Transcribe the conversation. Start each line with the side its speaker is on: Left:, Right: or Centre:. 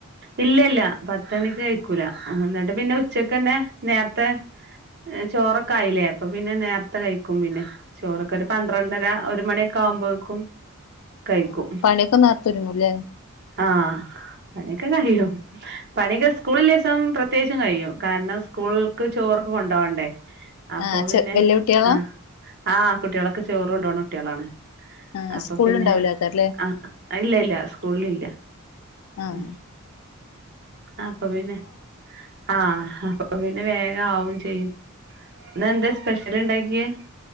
Right: ഇല്ലല്ല പത്ത് മണിക്ക് കഴിക്കൂല ന്ന്ട്ട് പിന്നെ ഉച്ചക്കെന്നെ നേര്ത്തെ ചോറൊക്കെ ആയില്ലേ അപ്പൊ പിന്നെ നേരത്തെ കഴിക്കും പിന്നെ ചോറൊക്കെ ഒരു പന്ത്രണ്ടര ഒരു മണിയൊക്കെ ആവുമ്പോക്കും കഴിക്കും
Left: ആഹ് പണിയൊക്കെ നേരത്തെ ഒരുങ്ങൂല്ലേ
Right: ആഹ് പണിയൊക്കെ കഴിയും പണിയൊക്കെ സ്കൂള് ള്ളീസം പ്രത്യേകിച്ചും കഴിയും കാരണം സ്കൂൾക്ക് ചോറൊക്കെ കൊണ്ടോവാണ്ടെ അപ്പൊ
Left: ആഹ് ചെ
Right: പിന്നെ
Left: വല്യ കുട്ടികളാ
Right: ആഹ് ആഹ് കുട്ട്യളൊക്കെ ചോറൊണ്ടോണ കുട്ട്യളാണ്
Left: ആഹ്
Right: അപ്പ
Left: സ്കൂളിൽ
Right: പിന്നെ
Left: ഉണ്ടാവൂലേക്കാരല്ലേ
Right: ആഹ് ഇല്ല ഇല്ല സ്കൂള് ഇല്ല
Left: ആഹ്
Right: ഉം അപ്പൊ പിന്നെ ആഹ് അ പ്പം പിന്നെ വേഗാവും ചെയ്യും ഇന്നെന്തേ സ്പെഷ്യൽ ഇണ്ടാക്കിയേ